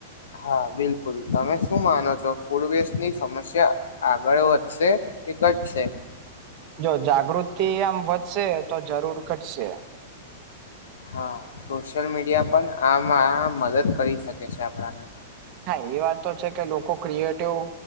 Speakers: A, on the left (about 75°); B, on the right (about 45°).
A: હા બિલકુલ તમે શું માનો છો ફૂડ વેસ્ટની સમસ્યા આગળ વધશે એ ઘટ છે
B: જો જાગૃતિ આમ વધશે તો જરૂર ઘટશે
A: હા સોશિયલ મીડિયા પણ આમ આ મદદ કરી શકે છે આપણાને
B: હા એ વાત તો છે કે લોકો ક્રિએટિવ